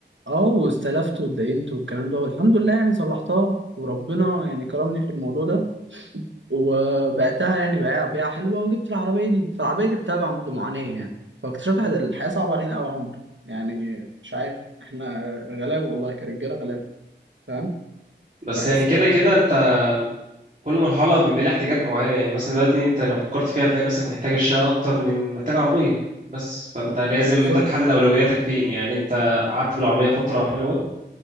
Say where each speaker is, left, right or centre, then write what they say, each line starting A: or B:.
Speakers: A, on the right; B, on the right.
A: اه واستلفت واتدينت والكلام ده والحمد لله يعني صلحتها وربنا يعني كرمني في الموضوع ده وبعتها يعني بيع بيعة حلوة وجبت العربية دي فالعربية جبتها بعد معاناة يعني فاكتشفت إن الحياة صعبة علينا أوي يا عمر يعني مش عارف احنا غلاب والله كرجالة غلاب فاهم
B: بس
A: بحس
B: يعني كده
A: ده
B: كده
A: أوي.
B: انت كل مرحلة بيبقى لها احتياجات معينة يعني مثلا دلوقتي انت لو فكرت فيها هتلاقي نفسك محتاج الشقة اكتر من محتاج عربية بس فانت
A: آه،
B: لازم
A: بالظبط
B: انت تحدد اولوياتك فين يعني انت قعدت بالعربية فترة حلوة